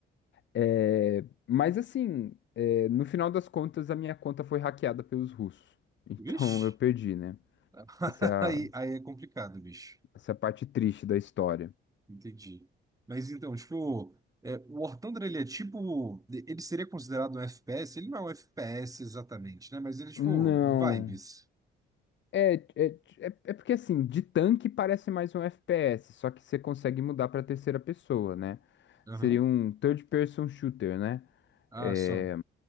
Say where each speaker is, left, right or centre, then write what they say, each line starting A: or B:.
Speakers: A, on the left (about 65°); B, on the right (about 15°).
A: É, mas assim, é, no final das contas, a minha conta foi hackeada pelos russos. <laughs> Então
B: Vixe.
A: eu perdi, né?
B: <laughs>
A: Essa é a,
B: Aí, aí é complicado, bicho.
A: essa é a parte triste da história.
B: Entendi. Mas então, tipo, é, o War Thunder, ele é tipo. Ele seria considerado um FPS? Ele não é um FPS exatamente, né? Mas ele é tipo
A: Não.
B: vibes.
A: É, é, é, é porque assim, de tanque parece mais um FPS, só que você consegue mudar pra terceira pessoa, né?
B: Aham.
A: Seria um third person shooter, né?
B: Ah,
A: É,
B: só.